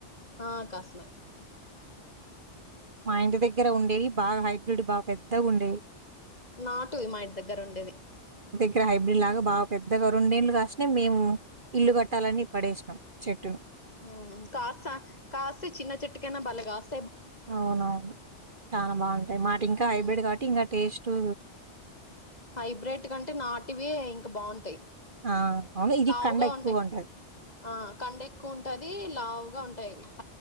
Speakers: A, on the left; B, on the right.
A: ఆ కాస్తున్నాయి.
B: మా ఇంటి దగ్గర ఉండేవి బాగా హైబ్రిడ్ బాగా పెద్దగా ఉండేవి.
A: నాటు వి మా ఇంటి దగ్గర ఉండేది.
B: ఇక్కడ హైబ్రిడ్ లాగా బాగా పెద్దగా రెండేళ్ళలు కాసినాయి. మేము ఇల్లు కట్టాలని పడేసినాం చెట్టును
A: ఉమ్ కాస కాస్తే చిన్న చిట్కనా బలేగాస్త
B: అవునవును చాలా బాగుంటాయి మాటి ఇంకా
A: ఉమ్
B: హైబ్రిడ్ కాబట్టి ఇంకా టేస్ట్ టు
A: హైబ్రెడ్ కంటే నాటివే ఇంకా బాగుంటాయి.
B: ఆ అవును ఇది
A: లావుగా
B: కండ ఎక్కువగా
A: ఉంటాయి
B: ఉంటది.
A: ఆ కండ ఎక్కువ ఉంటది లావుగా ఉంటాయి అవి